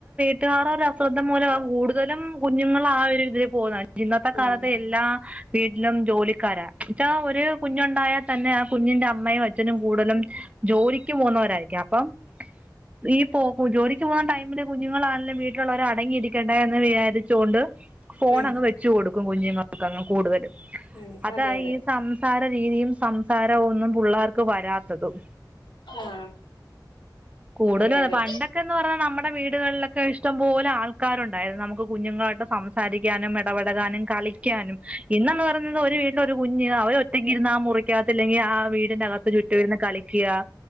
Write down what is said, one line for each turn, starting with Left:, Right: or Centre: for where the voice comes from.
Right: <unintelligible> ഒരു അശ്രദ്ധം മൂലം ആ കൂടുതലും കുഞ്ഞുങ്ങൾ ആ ഒരു ഇതിൽ പോകുന്നത്. ഇന്നത്തെ
Left: ഉം
Right: കാലത്ത് എല്ലാ വീട്ടിലും ജോലിക്കാരാ.. ഇതാ ഒര് കുഞ്ഞുണ്ടായാൽ തന്നെ ആ കുഞ്ഞിൻ്റെ അമ്മയും അച്ഛനും കൂടുതലും ജോലിക്ക് പോവുന്നവരായിരിക്കും, അപ്പം ഈ പോ ജോലിക്ക് പോകുന്ന ടൈമില് കുഞ്ഞുങ്ങളാണെലും വീട്ടിലുള്ളവര് അടങ്ങിയിരിക്കണ്ടേ എന്ന് വിചാരിച്ചുകൊണ്ട് ഫോൺ
Left: ഉം
Right: അങ് വെ ക്കും കുഞ്ഞുങ്ങൾക്കങ്ങ് കൂടുതലും.
Left: ഉം
Right: അതാ
Left: അതെ അതെ
Right: ഈ സംസാര രീതിയും സംസാരം ഒന്നും പിള്ളേർക്ക് വരാത്തതും
Left: ആഹ്
Right: കൂടുതലും
Left: അതെ
Right: അ
Left: അതെ
Right: പണ്ടൊക്കെന്ന് പറഞ്ഞാൽ നമ്മുടെ വീടുകളിലൊക്കെ ഇഷ്ടം പോലെ ആൾ ആക്കാരുണ്ടായത് നമുക്ക് പ കുഞ്ഞുങ്ങളായിട്ട് സംസാരിക്കാനും ഇടപെടാനും കളിക്കാനും ഇന്നന്ന് പറയുന്നത് ഒരു വീട്ടില ഒരു കുഞ്ഞ് അവ ഒറ്റക്ക് ഇരുന്നാ മുറിക്കകത്തല്ലെങ്കിൽ ആ വീടിനകത്ത് ചുറ്റും ഇരുന്ന് കളിക്കുക